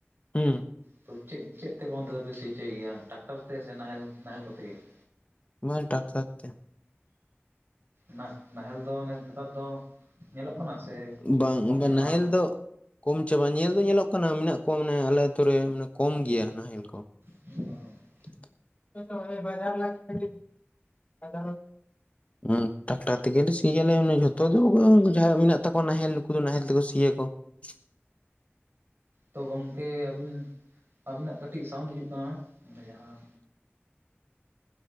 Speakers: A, on the left (about 30°); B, on the right (about 60°).
A: ᱦᱩᱸ ᱾
B: ᱛᱚ ᱪᱮᱫ ᱪᱮᱫ ᱛᱮ ᱚᱱᱛᱮ ᱫᱚᱯᱮ ᱥᱤ ᱦᱚᱪᱚᱭ ᱜᱮᱭᱟ? ᱴᱟᱠᱴᱟᱨ ᱛᱮ ᱥᱮ ᱱᱟᱦᱮᱞ ᱱᱟᱦᱮᱞ ᱠᱚᱛᱮ ᱜᱮ ᱾
A: ᱵᱟ ᱴᱟᱠᱴᱟᱨ ᱛᱮ ᱾
B: ᱱᱟ ᱱᱟᱦᱮᱞ ᱫᱚ ᱱᱮᱛᱟᱨ ᱫᱚ ᱧᱮᱞᱚᱜ ᱠᱟᱱᱟ ᱥᱮ
A: ᱵᱟᱝ
B: ᱠᱚᱢ ᱪᱟᱵᱟ
A: ᱱᱟᱦᱮᱞ
B: ᱟᱠᱟᱱᱟ?
A: ᱫᱚ ᱠᱚᱢ ᱪᱟᱵᱟ ᱧᱮᱞ ᱫᱚ ᱧᱮᱞᱚᱜ ᱠᱟᱱᱟ ᱢᱮᱱᱟᱜ ᱠᱚᱣᱟ ᱢᱟᱱᱮ ᱟᱞᱮ ᱟᱛᱩ ᱨᱮ ᱢᱟᱱᱮ ᱠᱚᱢ ᱜᱮᱭᱟ ᱱᱟᱦᱮᱞ ᱠᱚ ᱾
B: <inaudible>
A: <unintelligible> ᱦᱩᱸ ᱴᱟᱠᱴᱟᱨ ᱛᱮᱜᱮ ᱞᱮ ᱥᱤᱭᱟ ᱾ ᱦᱮᱸ ᱡᱷᱚᱛᱚ ᱫᱚ ᱡᱟᱦᱟᱸᱭᱟᱜ ᱢᱮᱱᱟᱜ ᱛᱟᱠᱚᱣᱟ ᱱᱟᱦᱮᱞ ᱱᱩᱠᱩ ᱫᱚ ᱱᱟᱦᱮᱞ ᱛᱮᱠᱚ ᱥᱤᱭ ᱟᱠᱚ <inaudible>
B: ᱛᱚ ᱜᱚᱢᱠᱮ ᱟᱹᱵᱤᱱ, ᱟᱹᱵᱤᱱᱟᱜ ᱠᱟᱹᱴᱤᱡ ᱥᱟᱣᱩᱱᱰ ᱦᱤᱡᱩᱜ ᱠᱟᱱᱟ ᱚᱱᱮ ᱡᱟᱦᱟᱸ